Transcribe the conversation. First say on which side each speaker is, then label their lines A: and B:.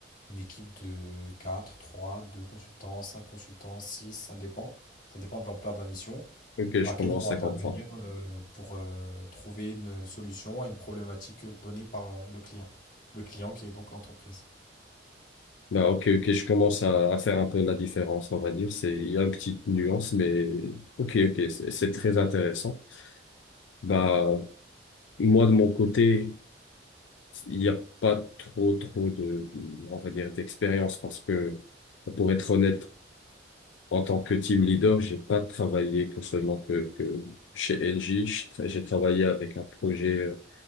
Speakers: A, on the left; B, on the left.
A: une équipe de 4, 3, 2 consultants, 5 consultants, 6, ça dépend. Ça dépend de l'ampleur de la mission,
B: Ok,
A: dans
B: je
A: laquelle
B: commence
A: ils vont
B: à
A: intervenir
B: comprendre.
A: euh, pour euh, trouver une solution à une problématique donnée par euh, le client. Le client qui est donc l'entreprise.
B: Bah, ok, ok, je commence à, à faire un peu la différence, on va dire. C'est, il y a une petite nuance, mais ok, ok, c'est c'est très intéressant. Bah, moi, de mon côté, il n'y a pas trop, trop de, on va dire, d'expérience parce que, pour être honnête, en tant que team leader, j'ai pas travaillé que seulement que, que chez NJ. J'ai tra- j'ai travaillé avec un projet euh,